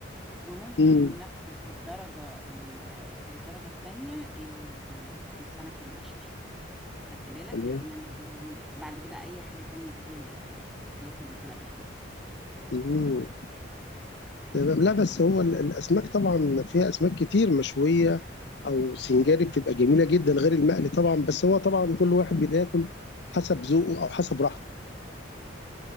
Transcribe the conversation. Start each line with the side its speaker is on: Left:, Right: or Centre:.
Centre: وممكن
Left: امم
Centre: اللي ناخده في الدرجة ال- الدرجة التانية ال- السمك المشوي أخدت بالك
Left: تمام
Centre: لكن أنا يعني بعد كده أي حاجة تانية بقى هي الأخيرة يعني هي في المرتبة الأخيرة بالنسبة لي
Left: امم تمام لا بس هو ال- الاسماك طبعا فيها اسماك كتير مشويه او سنجاري بتبقى جميله جدا غير المقلي طبعا بس هو طبعا كل واحد بياكل حسب ذوقه او حسب راحته